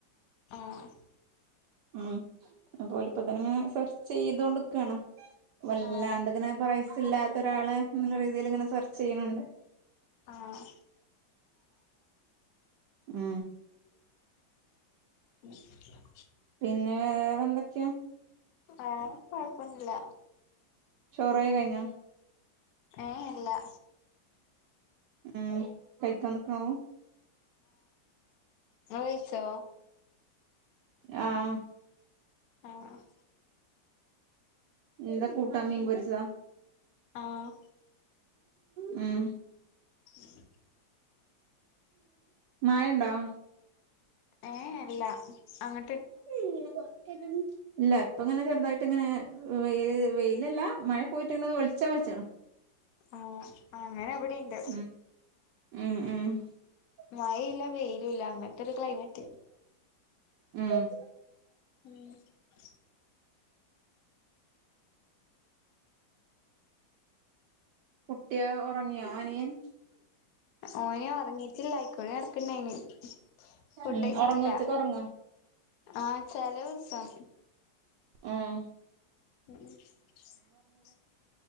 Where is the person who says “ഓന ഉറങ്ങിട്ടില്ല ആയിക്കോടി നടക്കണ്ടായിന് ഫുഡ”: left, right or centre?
Left